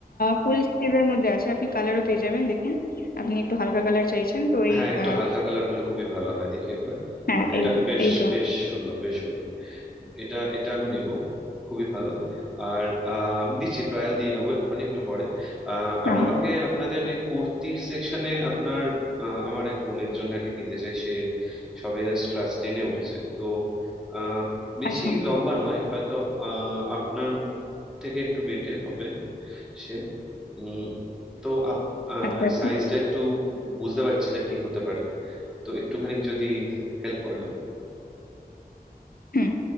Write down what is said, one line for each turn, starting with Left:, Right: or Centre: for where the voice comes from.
Left: ফুল স্লিভের মধ্যে আছে আপনি কালারও পেয়ে যাবেন দেখুন আপনি একটু হালকা কালার চাইছেন তো
Centre: হ্যাঁ
Left: এই
Centre: একটু
Left: আহ,
Centre: হালকা কালার হলে খুবই ভালো হয় দেখি একবার
Left: হ্যাঁ
Centre: বাহ এটা
Left: এই
Centre: বেশ
Left: এই তো
Centre: বেশ সুন্দর বেশ সুন্দর এটা এটা আমি নেব খুবই ভালো আর আহ, আমি দিচ্ছি ট্রায়াল দিয়ে নেবো এক্ষুনি একটু পরে আহ,
Left: ও
Centre: আর আমাকে আপনাদের এই কুর্তির সেকশনে আপনার আহ, আমার এক বোনের জন্য আর কি কিনতে চাই সে সবে জাস্ট ক্লাস টেনে উঠেছে তো আহ, বেশি
Left: আচ্ছা
Centre: লম্বা নয় হয়তো আহ, আপনার থেকে একটু বেটে হবে সে উম, তো আপ
Left: আচ্ছা আচ্ছা
Centre: সাইজটা একটু বুঝতে পারছি না কি হতে পারে তো একটুখানি যদি হেল্প করেন
Left: হুম